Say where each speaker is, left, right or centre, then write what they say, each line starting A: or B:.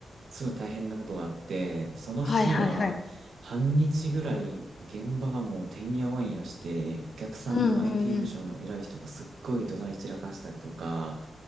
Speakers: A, on the right; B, on the left.
A: すごい大変なことがあって、その日は、
B: はいはいはい。
A: 半日ぐらい、現場がもうてんやわんやして、お客さんの
B: うんうんうん。
A: IT 部署の偉い人がすっごい怒鳴り散らかしたりとか、